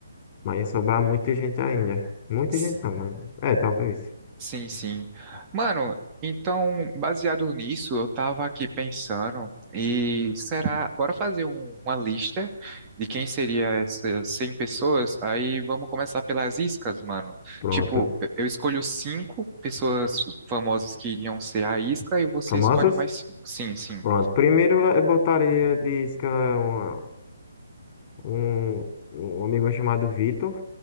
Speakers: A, on the left; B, on the right.
A: Mas sobrar muita gente ainda. Muita
B: sim.
A: gente não, mas. É, talvez.
B: Sim, sim. Mano, então, baseado nisso, eu tava aqui pensando, e será, bora fazer um- uma lista de quem seria essas 100 pessoas? Aí vamos começar pelas iscas, mano.
A: Pronto.
B: Tipo, eu eu escolho cinco pessoas famosas que iriam ser a isca e você
A: Famosas?
B: escolhe mais cinco. Sim, sim.
A: Pronto. Primeiro eu botaria de isca um, um, um amigo meu chamado Vitor.